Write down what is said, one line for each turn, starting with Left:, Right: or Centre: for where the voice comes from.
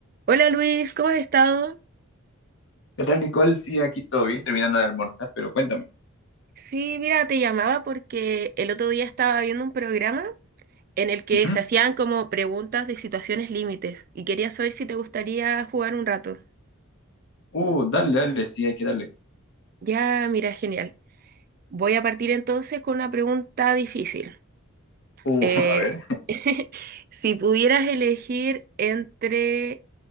Right: Hola Luis, ¿cómo has estado?
Left: ¿Qué tal, Nicole? Sí, aquí todo bien, terminando de almorzar, pero cuéntame.
Right: Sí, mira, te llamaba porque el otro día estaba viendo un programa en el que
Left: Ujú.
Right: se hacían como preguntas de situaciones límites y quería saber si te gustaría jugar un rato.
Left: Uh, dale, dale, sí, hay que darle.
Right: Ya, mira, genial. Voy a partir entonces con una pregunta difícil.
Left: Uh,
Right: Eh,
Left: <laughs> a ver,
Right: <laughs> si pudieras elegir entre